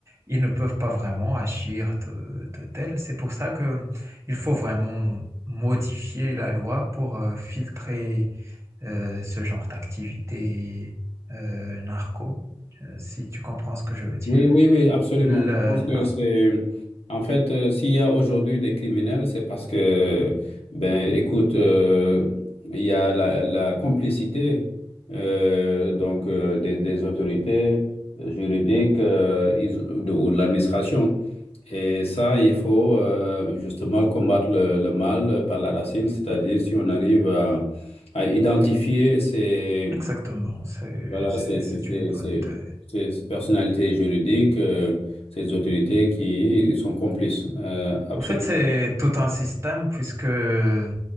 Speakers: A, on the right (about 30°); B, on the left (about 80°).
A: ils ne peuvent pas vraiment agir de, de tel. C'est pour ça que il faut vraiment modifier la loi pour euh, filtrer euh, ce genre d'activité euh, narco, euh, si tu comprends ce que je veux dire.
B: oui, oui, oui, absolument.
A: Le-
B: Je pense que c'est, en fait, euh, s'il y a aujourd'hui des criminels, c'est parce que, ben, écoute, euh, il y a la, la complicité euh, donc euh, des, des autorités juridiques euh, ils- ou de ou de l'administration. Et ça, il faut euh, justement combattre le, le mal par la racine, c'est-à-dire si on arrive à, à identifier ces,
A: Exactement, c'est,
B: voilà,
A: c'est,
B: ces, ces,
A: c'est
B: ces,
A: une bonne
B: ces-
A: idée.
B: ces personnalités juridiques, euh, ces autorités qui sont complices. euh, absolument.
A: En fait, c'est tout un système puisque euh,